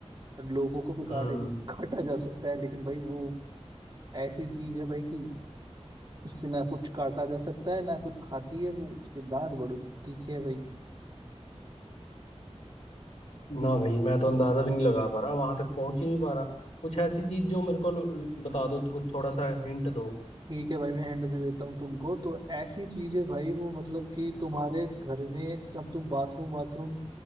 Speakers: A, on the right; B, on the left.
A: लोगों को भी
B: हम्म
A: काटे काटा जा सकता है लेकिन भाई वो ऐसी चीज है भाई कि उससे ना कुछ काटा जा सकता है ना कुछ खाती है वो उसके दांत बड़े तीखे है भाई
B: ना भाई मैं तो अंदाजा भी नहीं लगा पा रहा वहां तक पहुंच ही नहीं पा रहा कुछ ऐसी चीज जो मेरे को ल- ल- बता दो तो कुछ थोड़ा सा हिंट दो
A: ठीक है भाई मैं हैंड दे देता हूँ तुमको तो ऐसी चीज है भाई वो मतलब कि तुम्हारे घर में जब तुम बाथरूम बाथरूम